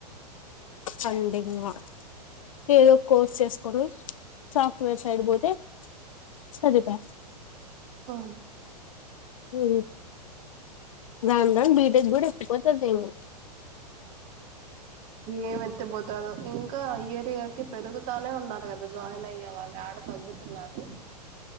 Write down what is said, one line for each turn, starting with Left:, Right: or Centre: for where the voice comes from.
Left: కండింగా ఏదో కోర్స్ చేస్కోరు సాఫ్ట్వేర్ సైడ్ పోతే సరిపై
Right: ఆ
Left: ఉమ్ రాన్ రన్ బీటెక్ కూడా ఎక్కితదేమో
Right: ఏం ఎత్తి పోతదో ఇం కా ఇయర్ ఇయర్ కి పెరుగుతానే ఉన్నారు కదా జాయిన్ అయ్యే వాళ్ళు ఆడ తగ్గుతున్నారు